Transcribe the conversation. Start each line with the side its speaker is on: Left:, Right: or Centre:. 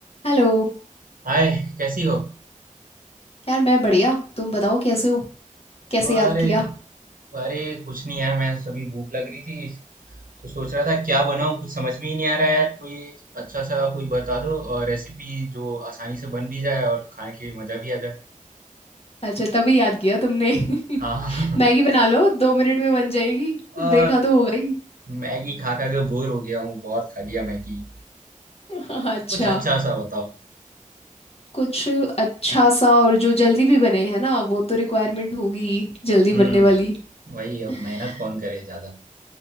Left: हेलो
Right: हाय कैसी हो
Left: यार मैं बढ़िया तुम बताओ कैसे हो कैसे
Right: अरे
Left: याद किया
Right: अरे कुछ नहीं यार मैं सभी भूख लग रही थी तो सोच रहा था क्या बनाऊं कुछ समझ में ही नहीं आ रहा है यार कोई अच्छा सा कोई बता दो और रेसिपी जो आसानी से बन भी जाए और खाने के मजा भी आ जाए
Left: अच्छा तभी याद किया तुमने <laughs>
Right: हाँ
Left: मैगी बना लो दो मिनट में बन जाएगी
Right: <laughs> आ,
Left: देखा तो होगा ही
Right: मैगी खा खा के बोर हो गया हूँ बहुत खा लिया मैगी
Left: <laughs> अच्छा
Right: कुछ अच्छा सा बताओ
Left: कुछ अच्छा सा और जो जल्दी भी बने है ना वो तो रिक्वायरमेंट होगी जल्दी
Right: हम्म
Left: बनने वाली
Right: वही
Left: <laughs>
Right: अब मेहनत कौन करे ज्यादा